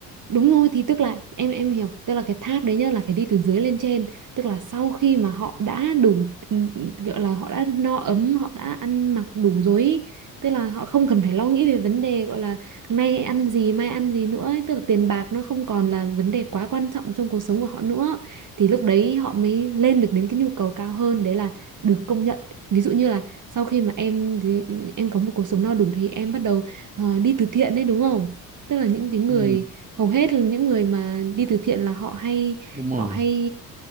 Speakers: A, on the right; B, on the right.
A: đúng rồi thì tức là em em hiểu tức là cái tháp đấy nhá là phải đi từ dưới lên trên tức là sau khi mà họ đã đủ gọi là họ đã no ấm họ đã ăn mặc đủ rồi ý. tức là họ không cần phải lo nghĩ về vấn đề gọi là nay ăn gì mai ăn gì nữa ấy. tức là tiền bạc nó không còn là vấn đề quá quan trọng trong cuộc sống của họ nữa thì lúc đấy họ mới lên được đến cái nhu cầu cao hơn đấy là được công nhận ví dụ như là sau khi mà em em có một cuộc sống no đủ thì em bắt đầu ờ, đi từ thiện đấy đúng không tức là những cái người
B: ừ,
A: hầu hết là những người mà đi từ thiện là họ hay
B: đúng
A: họ
B: rồi
A: hay